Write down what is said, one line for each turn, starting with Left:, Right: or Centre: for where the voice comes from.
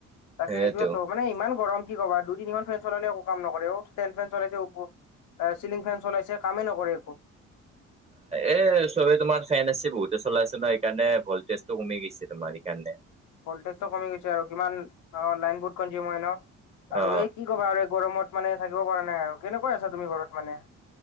Left: তাকে
Right: সেইটো
Left: সেইটোৱে থ মানে ইমান গৰম কি কবা দুই তিনিখন ফ্ৰেন চলালেও একো কাম নকৰে অ ষ্টেন ফেন চলাইছে উপ <unintelligible> এ চিলিং ফেন চলাইছে কামেই নকৰে একো
Right: এ চবে তোমাৰ ফেন আছে বহুতে চলাই আছে নয় এই কাৰণে ভলটেজটো কমি গৈছে তোমাৰ এইকাৰণে
Left: ভল্টেজটো কমি গৈছে আৰু কিমান অ লাইন বহুত কনজিউম হয় ন আৰু
Right: অ
Left: এই কি কবা আৰু এই গৰমত মানে থাকিব পৰা নাই আৰু কেনেকৈ আছা তুমি ঘৰত মানে